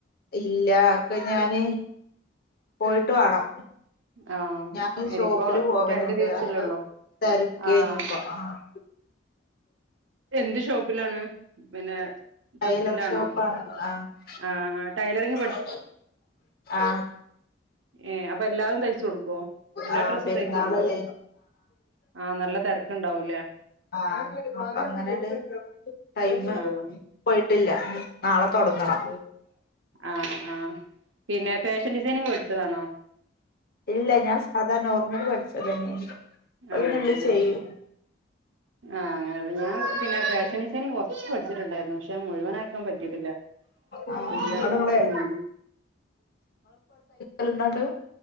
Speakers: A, on the left (about 50°); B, on the right (about 80°).
A: ഇല്ല അതെക്കെ ഞാന് പോയിട്ട് വേണം
B: ആഹ്
A: ഞാൻ
B: ഇനിയിപ്പോ
A: ഷോപ്പില് പോവലുണ്ട്
B: രണ്ടു ദിവസല്ലേ
A: അപ്പ
B: ഉള്ളൂ
A: തിരക്കേന
B: ആഹ്
A: അപ്പൊ ആ <inaudible>
B: എന്ത് ഷോപ്പിലാണ് പിന്നെ
A: ടൈലർ
B: ഡ്രസ്സിന്റെ
A: ഷോപ്പാ
B: ആണോ
A: ആഹ് ആ
B: ആഹ് ആഹ് ടൈലറിങ്
A: ആഹ
B: ഏ അപ്പൊ എല്ലാവർക്കും തയ്ച്ചു കൊടുക്കുവോ എല്ലാ
A: ആഹ്
B: ഡ്രസ്സും
A: പെരുന്നാളല്ലേ
B: തയ്ച്ചു കൊടുക്കുവോ ആഹ നല്ല തിരക്കുണ്ടാവും
A: ആഹ അങ്ങനെ ടൈയിമ്
B: ആഹ്
A: പോയി ട്ടില്ല നാളെ തുടങ്ങുവാ
B: ആഹ ആ പിന്നെ ഫാഷൻ ഡിസൈനിങ് പടിച്ചതാണോ
A: ഇല്ല ഞാൻ സാധാണ നോർമൽ പഠിച്ചത് തന്നെയാണ് അത്
B: ആഹ്
A: കണ്ട്
B: ആഹ്
A: ചെയ്യും
B: ആഹ് അങ്ങനെയ ഞാൻ പിന്നെ ഫാഷൻ ഡിസൈനിംഗ് കുറച്ച് പഠിച്ചിട്ടുണ്ടായിരുന്നു പക്ഷെ മുഴുവന് ആക്കാൻ പറ്റിട്ടില്ല
A: ആഹ്
B: പിന്നെ
A: ഇങ്ങട്ട് ഇങ്ങള് ഇങ്ങള് എലനട്